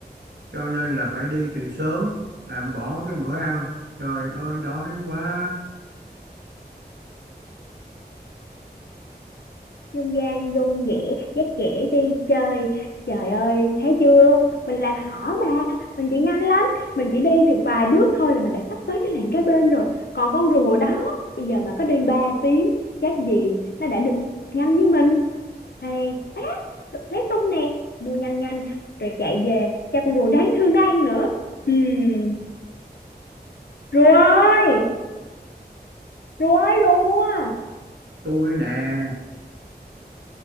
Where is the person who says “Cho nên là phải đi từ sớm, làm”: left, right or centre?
Right